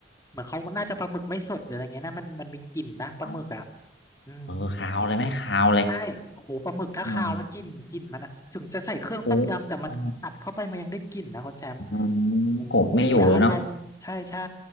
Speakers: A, on the left; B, on the left.
A: เหมือนเขาน่าจะปลาหมึกไม่สดหรืออะไรเงี้ยนะมันมันมีกลิ่นนะปลาหมึกอ่ะ
B: เอ
A: อืม
B: อคาวเลยไหมคาวเลย
A: ใช่โอ้โหปลาหมึกถ้าคาวแล้วกลิ่นกลิ่นมันอะถึงจะใส่เครื่องต้มยำแต่มันอัดเข้าไปมันยังได้กลิ่นนะคุณแชมป์
B: อ๋อกุ้งออ๋อ
A: โอ้โหเสียอารมณ์
B: กบไม่อยู่เลยเนาะ
A: ใช่ใช่